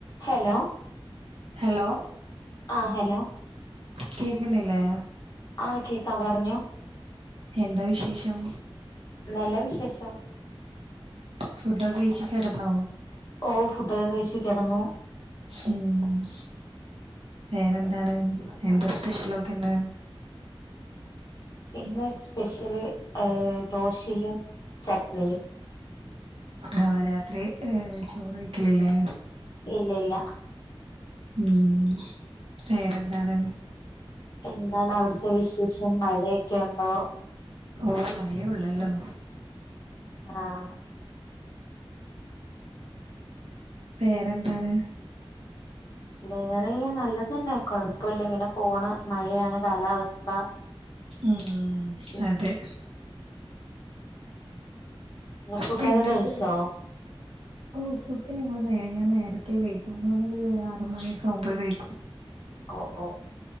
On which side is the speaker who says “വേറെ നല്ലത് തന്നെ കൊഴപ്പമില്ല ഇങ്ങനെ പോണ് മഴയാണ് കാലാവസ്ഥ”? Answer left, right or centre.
Left